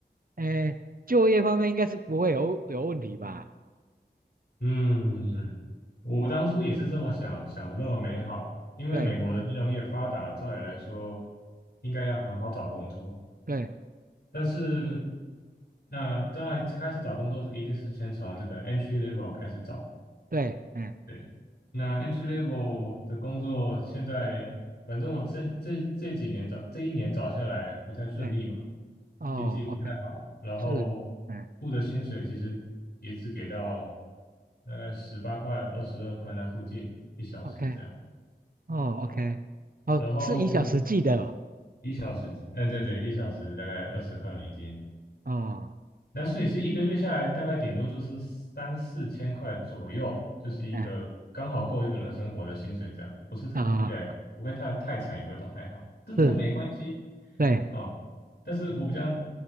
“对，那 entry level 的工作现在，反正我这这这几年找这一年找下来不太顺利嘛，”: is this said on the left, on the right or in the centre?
Left